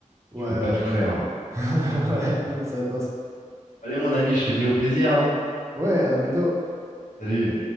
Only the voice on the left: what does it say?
tu peux pas tout
faire. hein.
Allez mon ami, je te dis au plaisir, hein.
Salut.